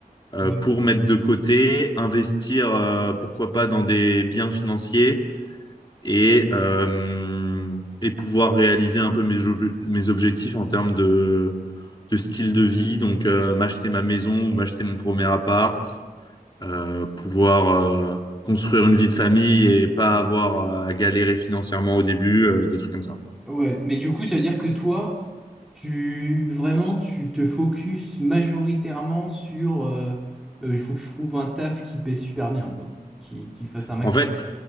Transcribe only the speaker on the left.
euh,
pour mettre de côté, investir, euh, pourquoi pas, dans des biens financiers et, euh, et pouvoir réaliser un peu mes, ob- mes objectifs en termes de, de style de vie, donc euh, m'acheter ma maison ou m'acheter mon premier appart, euh, pouvoir euh, construire une vie de famille et pas avoir à galérer financièrement au début, euh, des trucs comme ça.
En fait,